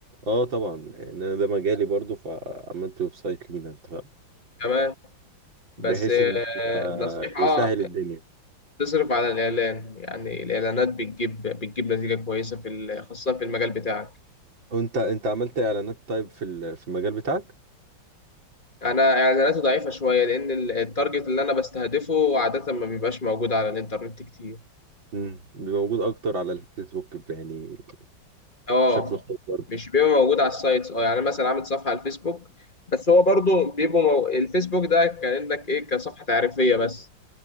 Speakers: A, on the right; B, on the left.
A: اه طبعا يعني انا ده مجالي برضو فعملت ويب سايت لينا انت فاهم
B: تمام بس
A: بحيث
B: آه،
A: ان احنا
B: نصيحة
A: يسهل الدنيا
B: تصرف على الاعلان يعني الاعلانات بتجيب بتجيب نتيجة كويسة في ال- خاصة في المجال بتاعك
A: وانت انت عملت اعلانات طيب في ال- في المجال بتاعك
B: انا اعلاناتي ضعيفة شوية لان ال- التارجت اللي انا بستهدفه عادة ما بيبقاش موجود على الانترنت كتير
A: امم موجود اكتر على الفيسبوك يعني
B: اه
A: بشكل خاص برضه
B: مش بيبقى موجود على السايتس اه يعني أنا مثلا عامل صفحه على الفيسبوك بس هو برضو بيبقى مو... الفيسبوك ده كانك ايه كصفحه تعريفيه بس